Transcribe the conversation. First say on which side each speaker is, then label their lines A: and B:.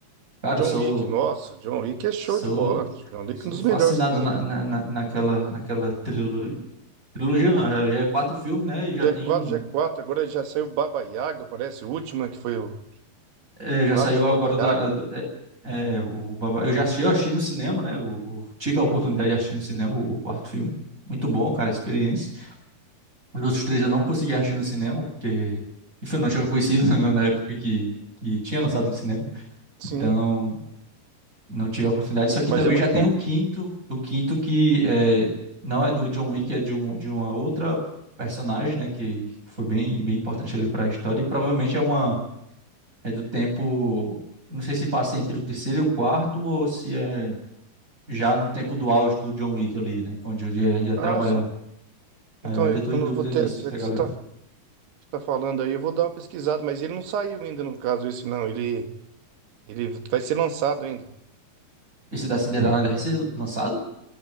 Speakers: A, on the right; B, on the right.
A: Cara,
B: John
A: eu sou,
B: Wick, nossa, John Wick é show
A: sou,
B: de bola. John Wick
A: sou
B: é um dos
A: fascinado
B: melhores que tem
A: na,
B: ali.
A: na, na- naquela, naquela trilogia. Trilogia não, já, já é quatro filmes, né? E já
B: g
A: tem
B: quatro,
A: um.
B: g quatro. agora já saiu Baba Yaga, parece o último, né, que foi o
A: é, já
B: 4
A: saiu
B: é
A: agora
B: Baba Yaga,
A: da.
B: né?
A: do- é, é, o, Baba- eu já assisti, eu assisti no cinema, né? O, o- tive a oportunidade de assistir no cinema o, o quarto filme. Muito bom, cara, a experiência. Os outros três eu não consegui assistir no cinema, porque. Enfim, eu não tinha conhecido <laughs> na na época que, que tinha lançado no cinema.
B: Sim,
A: Então. Não tive a oportunidade. isso aqui
B: mas
A: também
B: é muito
A: já tem
B: bom.
A: o quinto, o quinto que é, não é do John Wick, é de, um, de uma outra personagem, né? Que foi bem, bem importante ali para a história. E provavelmente é uma é do tempo. eu Não sei se passa entre o terceiro e o quarto, ou se é já no tempo do auge do John Wick ali, né? Onde ele ainda
B: Ah,
A: trabalhava.
B: sim.
A: Aí
B: Então
A: eu ainda
B: eu,
A: tô
B: eu
A: em
B: não
A: dúvida
B: vou ter,
A: disso,
B: já
A: que
B: que
A: a galera.
B: você tá tá falando aí, eu vou dar uma pesquisada, mas ele não saiu ainda no caso esse não, ele ele vai ser lançado ainda.
A: Esse da Cinderela ainda vai ser lançado?